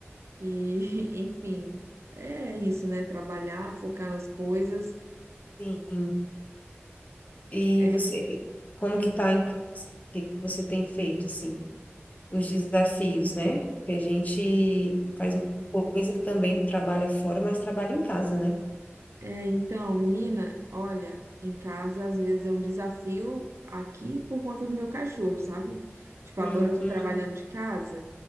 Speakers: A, on the right; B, on the left.
A: e, <laughs> enfim, é isso, né? Trabalhar, focar nas coisas.
B: Sim. E
A: É,
B: você, e como
A: hum,
B: que tá em casa? O que que você tem feito, assim? Os desafios, né? Que a gente faz muita coisa e também trabalha fora, mas trabalha em casa, né?
A: é, então, menina, olha, em casa às vezes é um desafio aqui por conta do meu cachorro, sabe? Tipo,
B: Hum,
A: agora eu tô
B: hum,
A: trabalhando de casa,